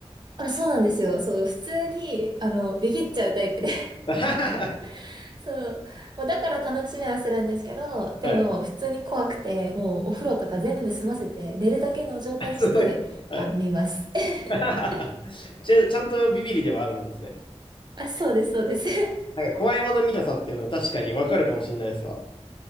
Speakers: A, on the right; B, on the left.
A: あ、そうなんですよ。そう、普通に、あの、ビビっちゃうタイプで。
B: <laughs> は
A: <laughs> そう。もうだから楽しみはするんですけど、でも、
B: い。
A: 普通に怖くて、もうお風呂とか全部済ませて、寝るだけの状態にして、
B: <laughs> そういう。はい。
A: あの、見ます。<laughs>
B: <laughs> ちゃ、ちゃんとビビリではあるんですね。
A: あ、そうです、そうです。
B: なんか怖いもの見たさっていうのは確かにわかるかもしれないですわ。